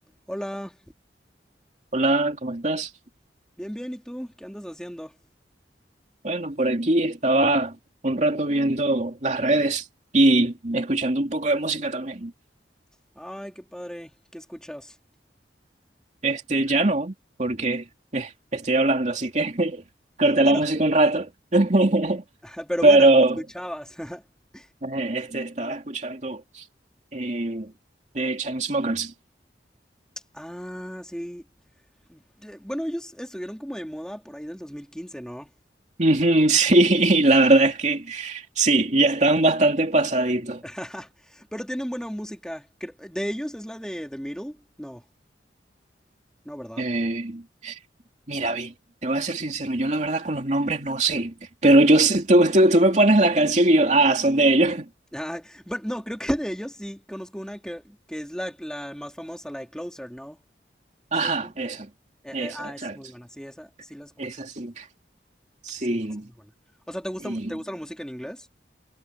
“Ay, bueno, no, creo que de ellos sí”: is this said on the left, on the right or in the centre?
Centre